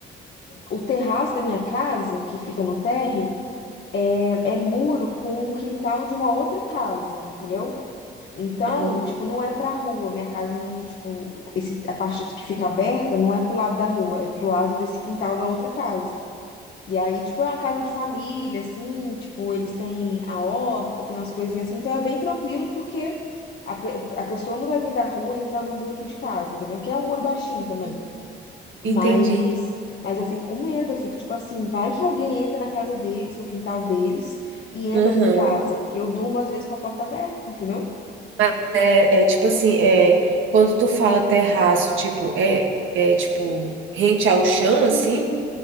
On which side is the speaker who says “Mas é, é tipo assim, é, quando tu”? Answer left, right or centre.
Right